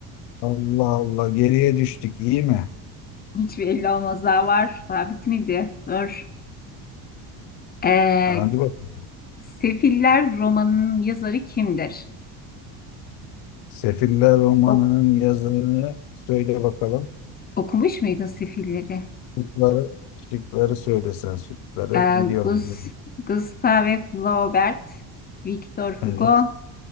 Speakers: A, on the left; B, on the left.
A: Allah Allah geriye düştük iyi mi?
B: Hiçbir elli olmaz daha var. Daha bitmedi. Dur. Ee,
A: Hadi bakalım.
B: Sefiller romanının yazarı kimdir?
A: Sefiller romanının
B: Ok-
A: yazarını söyle bakalım.
B: okumuş muydun Sefilleri?
A: Şıkları, şıkları söylesen şıkları
B: Ee,
A: biliyorum.
B: Gus- Gustave Flaubert, Victor
A: Evet,
B: Hugo,